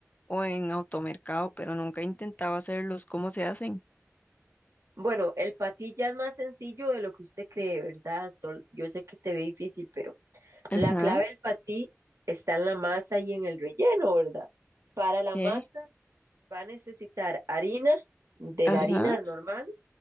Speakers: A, on the left (about 35°); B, on the right (about 80°).
A: o en automercado, pero nunca he intentado hacerlos. ¿Cómo se hacen?
B: Bueno, el patí ya es más sencillo de lo que usted cree, ¿verdad? Sol? Yo sé que se ve difícil, pero
A: Ajá,
B: la clave del patí está en la masa y en el relleno, ¿verdad? Para la
A: ok.
B: masa Va a necesitar harina, de
A: Ajá,
B: la harina normal,